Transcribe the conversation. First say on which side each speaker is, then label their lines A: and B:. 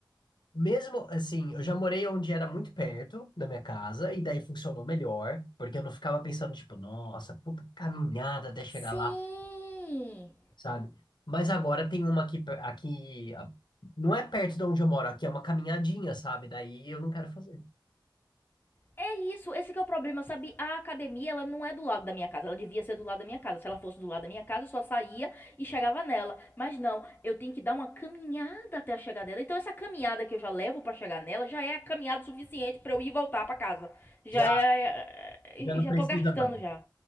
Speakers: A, on the left; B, on the left.
A: mesmo assim, eu já morei onde era muito perto da minha casa, e daí funcionou melhor, porque eu não ficava pensando, tipo, nossa, puta caminhada até chegar
B: Sim.
A: lá, sabe? Mas agora tem uma aqui, per- aqui. a- Não é perto de onde eu moro, aqui é uma caminhadinha, sabe? Daí eu não quero fazer.
B: É isso, esse que é o problema, sabe? A academia, ela não é do lado da minha casa. Ela devia ser do lado da minha casa. Se ela fosse do lado da minha casa, eu só saía e chegava nela. Mas não, eu tenho que dar uma caminhada até chegar nela. Então essa caminhada que eu já levo para chegar nela já é a caminhada suficiente para eu ir e voltar para casa. Já
A: Já.
B: é, é,
A: Já não
B: é, já
A: precisa
B: tô gastando
A: mais.
B: já.